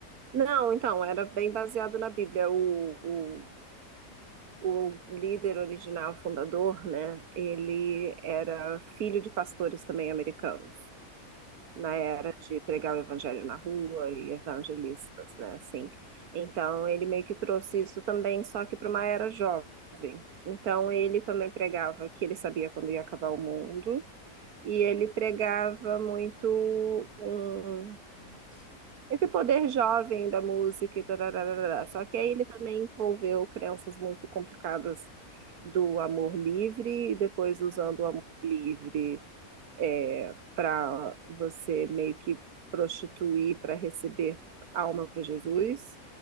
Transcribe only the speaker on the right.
Não, então, era bem baseado na Bíblia. O, o,
o líder original, fundador, né? Ele era filho de pastores também americanos.
na era de pregar o evangelho na rua e evangelistas, né? Assim. Então, ele meio que trouxe isso também, só que para uma era jovem. Então, ele também pregava que ele sabia quando ia acabar o mundo, e ele pregava muito um,
esse poder jovem da música e tarararará. Só
que aí ele também envolveu crenças muito complicadas do amor livre e depois usando
o amor livre é, para você meio que prostituir para receber alma para Jesus,